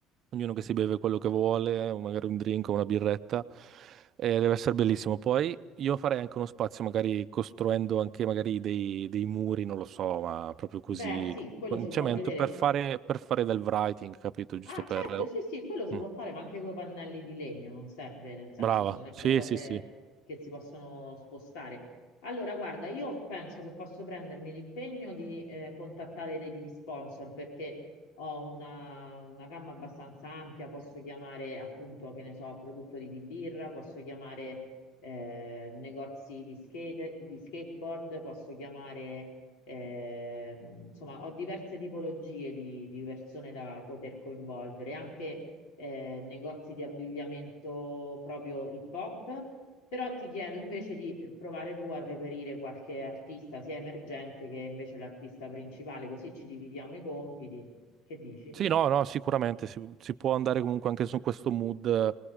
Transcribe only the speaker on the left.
Beh, sì,
quello
si
può
vedere.
Ah,
certo,
sì, sì, quello si
può fare, ma anche con i pannelli di legno, non serve, nel senso,
devono essere
cose
che si possono spostare. Allora, guarda, io penso che posso prendermi l'impegno di eh, contattare degli sponsor perché ho una, una gamma abbastanza ampia, posso chiamare appunto, che ne so, produttori di birra, posso chiamare eh, negozi di skate, di skateboard, posso chiamare eh, insomma, ho diverse tipologie di, di persone da poter coinvolgere, anche eh, negozi di abbigliamento proprio hip hop, però ti chiedo invece di eh, provare tu a reperire qualche artista, sia emergente che invece l'artista principale, così ci dividiamo i compiti. Che dici?